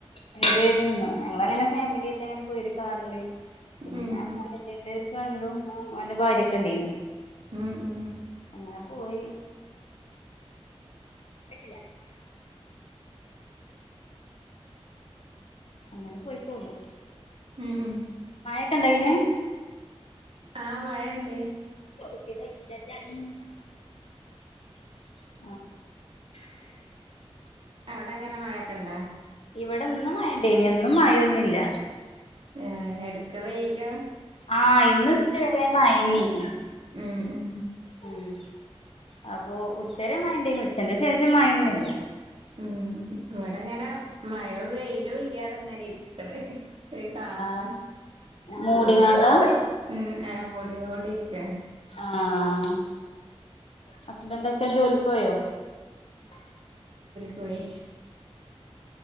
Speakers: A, on the left; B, on the right.
A: എൻജോയ് ചെയ്ത് ന്ന് ഞങ്ങളങ്ങനെ ഫാമിലി ആയിട്ട് അങ്ങനെ പോയി ഒര് കാറില് പിന്നെ
B: ഉം
A: <unintelligible> ഒരു ഫ്രണ്ടും അവന്റെ ഭാര്യൊക്കെ ഇണ്ടേന്
B: ഉം ഉം
A: അങ്ങനെ പോയി <unintelligible> അങ്ങനെ പോയി പോന്നു
B: ഉം
A: മഴെക്കെ ഇണ്ടായില്ലേ
B: ആഹ് മഴയുണ്ട്
A: <unintelligible>
B: അവിടെ എങ്ങനെ മഴൊക്കെ ഇണ്ടാ
A: ഇവിടെ ഇന്ന് മഴണ്ടേനി എന്നും മഴയൊന്നില്ല
B: ഏഹ് എടക്ക് വെയില
A: ആഹ് ഇന്ന് ഉച്ച വരെ മയന്നേ നി
B: ഉം ഉം
A: മ് അപ്പോ ഉച്ച വരെ മഴ ഇണ്ടായിനി ഉച്ചന്റെ ശേഷം മഴയൊന്നുല്ല
B: ഉം ഇവിടെങ്ങനെ മഴയും വെയിലും ഇല്ലാതെങ്ങനെ ഇരിക്ണ് <unintelligible>
A: ആ മൂടിങ്ങാണ്ടാ
B: ഇങ്ങനെ ഉം എഹ് മൂടിക്കോണ്ടിര്ക്കാ
A: ആഹ് ഹസ്ബൻഡക്കെ ജോലിക്ക് പോയോ
B: പോയ്